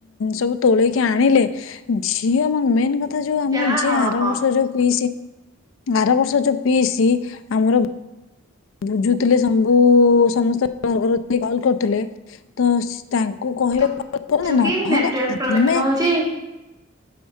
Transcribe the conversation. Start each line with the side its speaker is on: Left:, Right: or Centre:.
Left: ସବୁ ତୋଳେଇକି ଆଣିଲେ ଝିଅ ମା ମେନ୍ କଥା। ତ ଯଉ ଆମ।
Right: ଯାହା ହଁ
Left: ଆର ବର୍ଷ ଯଉ ପି ଆରବର୍ଷ ଯୋଉ ପିଇସି ଆମର। ବୁଝୁଥିଲେ ସବୁ ସମସ୍ତର କଲ୍ କରୁଥିଲେ ତ ତା କୁ କହିଲେ
Right: ତୁ
Left: କ କର
Right: ଅଛୁ
Left: ନହେଲେ
Right: କି ନେଟୱାର୍କ
Left: ଆମେ।
Right: ପ୍ରୋବ୍ଲେମ ହଉଛି